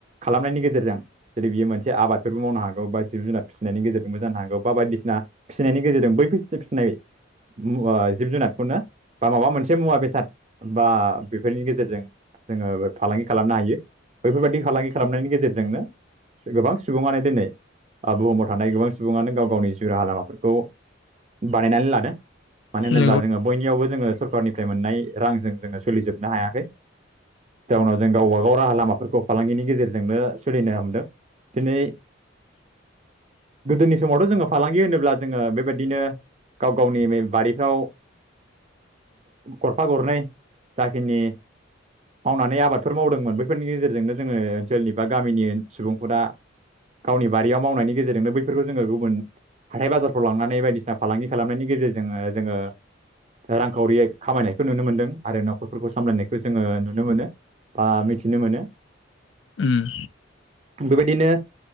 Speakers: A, on the right; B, on the left.
A: खालामनायनि गेजेरजों जुदि बियो मोनसे आबाद फोरबो मावनो हागौ बा जिब जुनार फिसिनायनि गेजेरजोंबो जानो हागौ बा बायदिसिना फिसिनायनि गेजेरजों बैफोर फि-फिसिनाय मुवा जिब जुनादखौनो बा माबा मोनसे मुवा बेसाद बा बेफोरनि गेजेरजों जोङो फालांगि खालामनो हायो। बैफोरबायदि फालांगि खालामनायनि गेजेरजोंनो गोबां सु बुङानो दिनै आ बुहुमाव थानाय गोबां सुबुङानो गाव गावनि जिउ राहा लामाफोरखौ बानायनानै लादों। मानो
B: औ नंगौ
A: होनोब्ला
B: नोंथां उम नंगौ उम
A: जोङो बयनियावबो जोङो सरखारनिफ्राय मोननाय रांजों जोङो सोलिजोबनो हायाखै। जाउनाव जों गावबा गाव राहा लामाफोरखौ फालांगिनि गेजेरजोंनो सोलिनो हमदों। दिनै गोदोनि समावथ' जोङो फालांगि होनोब्ला जोङो बेबायदिनो गाव गावनि बारिफ्राव गरफा गरनै जाखिनि मावनानै आबादफोर मावदोंमोन बैफोरनि गेजेरजोंनो जोङो ओनसोलनि बा गामिनि सुबुंफोरा गावनि बारियाव मावनायनि गेजेरजोंनो बैफोरखौ जोङो गुबुन हाथाय बाजारफ्राव लांनानै बायदिसिना फालांगि खालामनायनि गेजेरजों जोङो रांखावरि खामायनायखौ नुनो मोनदों आरो न'खरफोरखौ सामलायनायखौ जोङो नुनो मोनो। बा मिथिनो मोनो।
B: ओम।
A: बेबायदिनो